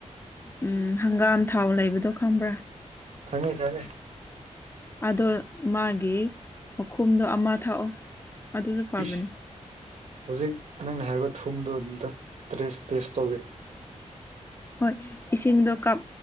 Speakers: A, on the left; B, on the right.
A: ꯎꯝ ꯍꯪꯒꯥꯝ ꯊꯥꯎ ꯂꯩꯕꯗꯣ ꯈꯪꯕ꯭ꯔꯥ
B: ꯈꯪꯉꯦ ꯈꯪꯉꯦ
A: ꯑꯗꯣ ꯃꯥꯒꯤ ꯃꯈꯨꯝꯗꯣ ꯑꯃ ꯊꯥꯛꯑꯣ ꯑꯗꯨꯖꯨ ꯐꯕꯅꯦ
B: ꯏꯁ ꯍꯧꯖꯤꯛ ꯅꯪꯅ ꯍꯥꯏꯕ ꯊꯨꯝꯗꯣ ꯑꯗꯨꯝꯇ ꯇ꯭ꯔꯦꯁ ꯇꯦꯁ ꯇꯧꯒꯦ
A: ꯍꯣꯏ ꯏꯁꯤꯡꯗꯣ ꯀꯥꯞ